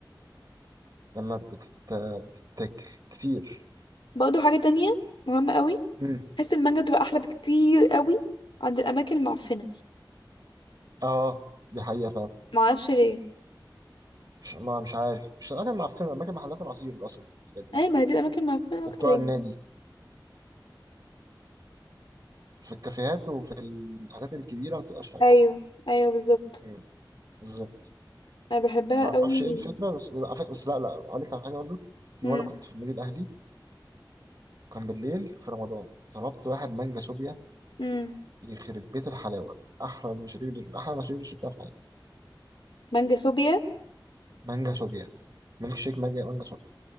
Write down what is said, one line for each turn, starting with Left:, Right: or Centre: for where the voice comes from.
Right: لما بتت... بتتاكل كتير
Left: برضه حاجه تانية مهمه قوي
Right: مم.
Left: بحس المانجا بتبقى احلى بكتير قوي عند الاماكن المعفنه
Right: اه دي حقيقه فعلا
Left: معرفش ليه
Right: مش ما مش عارف مش الاماكن معفنه اماكن محلات العصير الاصل الحاجات دي
Left: ايوه ما هي دي الاماكن المعفنه
Right: وبتوع
Left: اكتر يعني
Right: النادي في الكافيهات وفي الحاجات الكبيره ما بتبقاش حلوه
Left: ايوه ايوه بالظبط
Right: مم، بالظبط
Left: انا بحبها
Right: ما
Left: قوي
Right: اعرفش ايه الفكره بس على فكرة- بس لا لا اقول لك على حاجه برضه في
Left: امم
Right: مره كنت في النادي الاهلي وكان بالليل في رمضان طلبت واحد مانجا شوبيا
Left: امم
Right: يخرب بيت الحلاوه احلى المشاريب اللي- احلى المشاريب اللي شربتها في حياتي
Left: مانجا صوبيا
Right: مانجا شوبيا ميلك شيك مانجا مانجا شوبيا